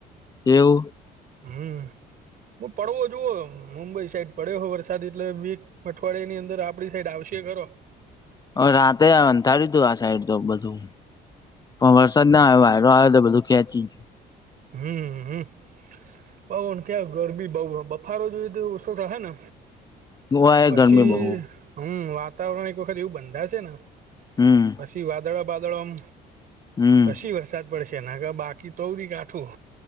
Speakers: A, on the left (about 25°); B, on the right (about 55°).
A: એવ.
B: હમ હું પડવો જોુવો મુંબઈ સાઈડ. પડ્યો હો વરસાદ એટલે બી અઠવાડિયા ની અંદર આપડી સાઈડ આવશે ખરો.
A: હ રાતે અંધાર્યું તું આ સાઈડ તો બધું પણ વરસાદ ના આવ. આવ્યો તો બધું ખેંચી.
B: હમ પવન ક્યાં ગરમી બઉ બફારો જોઈ. સો થશે ને
A: ગયું ઓય
B: પછી
A: ગરમી બહુ
B: હમ વા. વાતાવરણ એક વખત એવું બંધા છે ને
A: હમ
B: પછી વાદળો વાદળોમ.
A: હમ
B: પછી વરસાદ પડશે ના કે બાકી તોૌધી કાઠું.